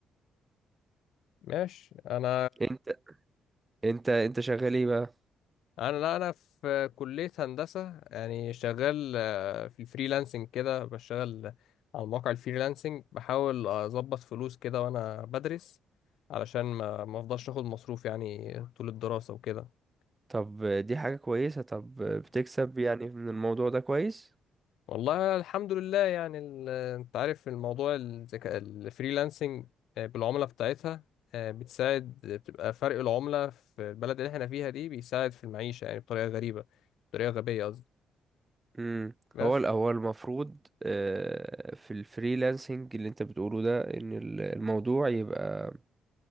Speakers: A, on the left; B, on the right.
A: ماشي انا
B: انت انت انت شغال ايه بقى
A: انا لا انا في كلية هندسة يعني شغال آه، في الفريلانسنج كده بشتغل على مواقع الفريلانسنج بحاول اظبط فلوس كده وانا بدرس علشان ما ما افضلش اخد مصروف يعني طول الدراسة وكده
B: طب دي حاجة كويسة طب بتكسب يعني من الموضوع ده كويس
A: والله الحمد لله يعني ال- آه، انت عارف الموضوع الذكاء الفريلانسنج آه، بالعملة بتاعتها آه، بتساعد بتبقى فرق العملة في البلد اللي احنا فيها دي بيساعد في المعيشة يعني بطريقة غريبة بطريقة غبية قصدي
B: امم
A: بس
B: هو ال- هو المفروض آه، في الفريلانسنج اللي انت بتقوله ده ان ال- الموضوع يبقى